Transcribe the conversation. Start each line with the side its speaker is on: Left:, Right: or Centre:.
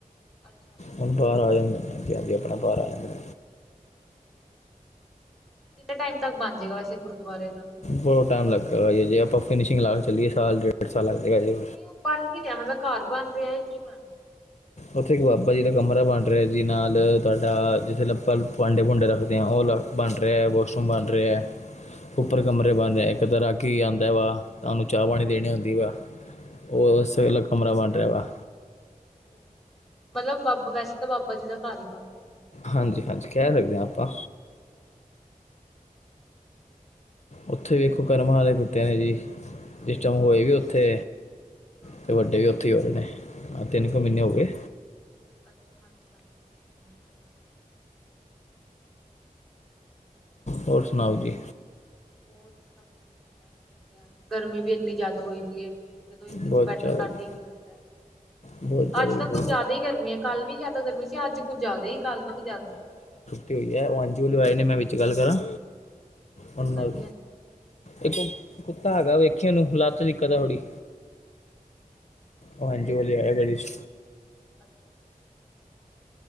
Centre: ਅੱਛਾ
Left: ਹੁਣ
Centre: ਅੱਛਾ
Left: ਬਾਹਰ ਆ ਜਾਂਦੇ ਨੇ ਹਾਂਜੀ ਹਾਂਜੀ, ਆਪਣਾ ਬਾਹਰ ਆ ਜਾਂਦੇ ਨੇ
Centre: ਠੀਕ ਹੈ ਕਿੰਨੇ ਟਾਈਮ ਤੱਕ ਬਣ ਜਾਏਗਾ ਵੈਸੇ ਗੁਰਦੁਆਰੇ ਦਾ
Left: ਬਹੁਤ ਟਾਈਮ ਲੱਗ ਜੇ ਗਾ, ਆਪਾਂ ਫਿਨਸ਼ਿੰਗ ਲਾ ਕੇ ਚੱਲੀਏ ਸਾਲ ਡੇਢ ਸਾਲ ਲਗ ਜਾਏਗਾ ਜੇ
Centre: ਨਹੀਂ ਬਣ ਕੀ ਰਿਹਾ ਮਤਲਬ, ਘਰ ਬਣ ਰਿਹਾ ਕੀ ਬਣ ਰਿਹਾ
Left: ਉੱਥੇ ਇੱਕ ਬਾਬਾ ਜੀ ਦਾ ਕਮਰਾ ਬਣ ਰਿਹਾ ਜੀ ਨਾਲ, ਤੁਹਾਡਾ ਜਿੱਥੇ ਲੱ ਆਪਾਂ ਭਾਂਡੇ ਭੂੰਡੇ ਰੱਖਦੇ ਹਾਂ ਉਹ ਲ ਬਣ ਰਿਹਾ, ਵਾਸ਼ਰੂਮ ਬਣ ਰਿਹਾ
Centre: ਅੱਛਾ ਅੱਛਾ
Left: ਉੱਪਰ ਕਮਰੇ ਬਣਦੇ, ਇੱਕ ਤਾਂ ਰਾਗੀ ਆਉਂਦਾ ਵਾ ਉਹਨੂੰ ਚਾਹ ਪਾਣੀ ਦੇਣੀ ਆੰਦੀ ਵਾ ਉਹ
Centre: ਅੱਛਾ ਅੱਛਾ
Left: ਉਸੇ ਕਮਰਾ ਬਣ ਰਿਹਾ ਵਾ
Centre: ਓਕੇ ਓਕੇ, ਮਤਲਬ ਬਾਬਾ ਵੈਸੇ ਤਾਂ ਬਾਬਾ ਜੀ ਦਾ ਘਰ ਹੀ ਬਣ ਰਿਹਾ ਹੁਣ
Left: ਹਾਂਜੀ ਹਾਂਜੀ, ਕਹਿ ਸਕਦੇ ਹਾਂ ਆਪਾਂ ਉੱਥੇ ਵਖੋ, ਕਰਮਾਂ ਦੇ ਕੁੱਤੇ ਨੇ ਜੀ ਜਿਸ ਟਾਈਮ
Centre: ਹਾਂ
Left: ਹੋਏ
Centre: ਹਾਂ
Left: ਵੀ ਉੱਥੇ
Centre: ਹਾਂ
Left: ਅਤੇ ਵੱਡੇ ਵੀ ਉੱਥੇ ਹੀ ਹੋਏ ਨੇ, ਹਾਂ ਤਿੰਨ ਕੁ ਮਹੀਨੇ ਹੋ ਗਏ
Centre: ਅੱਛ, ਹਾਂਜੀ ਹਾਂਜੀ ਫੇਰ ਬੰਨੇ ਤੋਂ ਹੋਣਗੇ।
Left: ਹੋਰ ਸੁਣਾਓ ਜੀ
Centre: ਹੋਰ ਸਭ ਕੁਛ ਬਸ ਵਧੀਆ, ਗਰਮੀ ਵੀ ਇੰਨੀ ਜ਼ਿਆਦਾ ਹੋਈ ਪਈ ਹੈ। ਜਦੋਂ ਏਸੀ
Left: ਬਹੁਤ
Centre: ਚ ਬੈਠੋ
Left: ਜ਼ਿਆਦਾ
Centre: ਤਾਂ
Left: ਜੀ
Centre: ਠੀਕ ਲੱਗਦਾ ਹੈ।
Left: ਬਹੁਤ ਜ਼ਿਆਦਾ
Centre: ਅੱਜ
Left: ਜੀ,
Centre: ਤਾਂ
Left: ਬਹੁਤ
Centre: ਕੁੱਝ ਜ਼ਿਆਦਾ ਹੀ ਗਰਮੀ ਹੈ ਕੱਲ੍ਹ ਵੀ ਜ਼ਿਆਦਾ ਗਰਮੀ ਸੀ, ਅੱਜ ਕੁੱਝ ਜ਼ਿਆਦਾ ਹੀ ਕੱਲ ਤੋਂ ਵੀ ਜ਼ਿਆਦਾ
Left: ਤੇ ਇਹ ਉਹ ਐਨਜੀਓ ਵਾਲੇ ਆਏ ਨੇ, ਮੈਂ ਬਾਦ ਵਿੱਚ ਗੱਲ ਕਰਾਂ ਉਹਨਾ ਨਾਲ
Centre: ਹਾਂਜੀ ਹਾਂਜੀ
Left: ਇਕ ਉਹ ਕੁੱਤਾ ਹੈਗਾ, ਵੇਖੀ ਉਹਨੂੰ ਲੱਤ ਚ ਦਿੱਕਤ ਏ ਥੋੜੀ ਹਾਂਜੀ, ਆਇਆ ਗਲੀ ਚ
Centre: ਅੱਛਾ ਅੱਛਾ ਅੱਛਾ